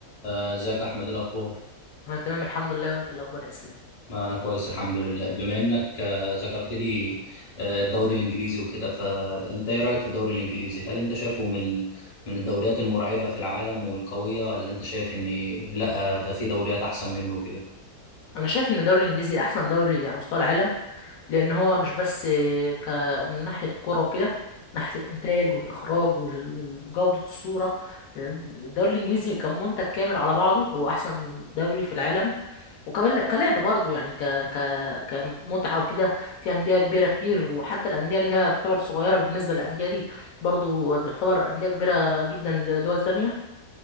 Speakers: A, on the left; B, on the left.
A: آه، ازيك يا احمد إيه الاخبار
B: انا تمام الحمد لله وانت إيه الاخبار يا اسلام
A: انا كويس الحمد لله بما انك آه، ذكرت لي آه، الدوري الانجليزي وكده فانت ايه رايك في الدوري الانجليزي هل انت شايفه من من الدوريات المرعبه في العالم والقويه ولا انت شايف ان لا ده في دوريات احسن منه كده
B: انا شايف ان الدوري الانجليزي احسن دوري على مستوى العالم لان هو مش بس ك من ناحيه الكوره وكده ناحيه الانتاج والاخراج وال- وال- وجوده الصوره لأن الدوري الانجليزي كمنتج كامل على بعضه هو احسن دوري في العالم وكمان ل- كلعب برضه يعني ك ك كمتعه وكده في انديه كبيره كتير وحتى الانديه اللي هي تعتبر صغيره بالنسبه للانديه دي برضه تعتبر انديه كبيره جدا لدول تانية